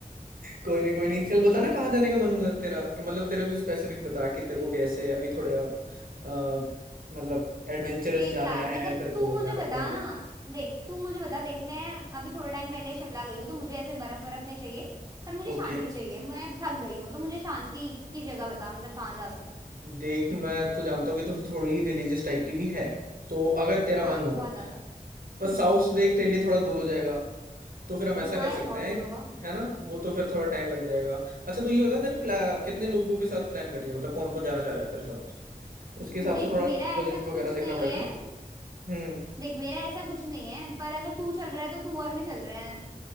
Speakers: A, on the right; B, on the right.
A: कोई नहीं कोई नहीं चल बताना कहाँ जाने का मन है तेरा कि मतलब तेरा कोई स्पेसिफिक बता कि तेरे
B: Yeah.
A: को कैसे अभी थोड़ा अ, मतलब
B: हम्म
A: एडवेंचरस
B: देख
A: जाना
B: यार मतलब
A: है तेरे
B: तू
A: को
B: मुझे
A: या
B: बता
A: फिर कहीं
B: ना
A: और
B: देख तू मुझे बता देख मैं अभी थोड़े टाइम पहले शिमला गई हूँ तो मुझे ऐसे बर्फ बर्फ नहीं चाहिए पर मुझे शांति
A: ओके
B: चाहिए मैं थक गई हूँ तो मुझे शांति की जगह बता मतलब कहाँ जा सकते हैं
A: देख मैं तो जानता हूँ कि तो थोड़ी रिलीजियस टाइप की भी है तो अगर तेरा
B: हाँ
A: मन हो
B: बहुत ज्यादा
A: पर
B: हम्म
A: साउथ देख तेरे लिए थोड़ा दूर हो जाएगा तो फिर हम ऐसा
B: हाँ
A: कर
B: यार
A: सकते
B: बहुत
A: हैं
B: दूर होगा
A: है ना वो तो फिर थोड़ा टाइम लग जाएगा अच्छा तू ये बता तेरे
B: हम्म
A: प्ला- कितने लोगों के साथ प्लान कर रही है मतलब कौन कौन जाना चाह रहा है तेरे साथ उसके हिसाब
B: देख
A: से थोड़ा
B: मेरा ऐसा
A: बजट वगैरह
B: कुछ नहीं
A: देखना पड़ेगा
B: है
A: ना हम्म
B: देख मेरा ऐसा कुछ नहीं है पर अगर तू चल रहा है तो तू और मैं चल रहे हैं